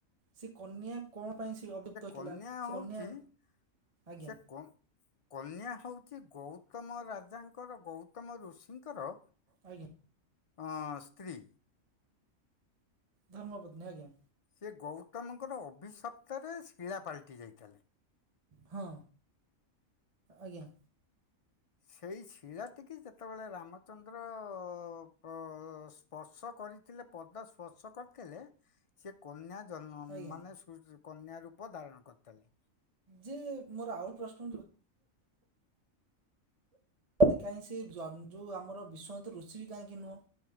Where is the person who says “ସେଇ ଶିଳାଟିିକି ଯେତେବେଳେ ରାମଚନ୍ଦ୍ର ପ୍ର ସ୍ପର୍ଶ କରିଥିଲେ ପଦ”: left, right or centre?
Left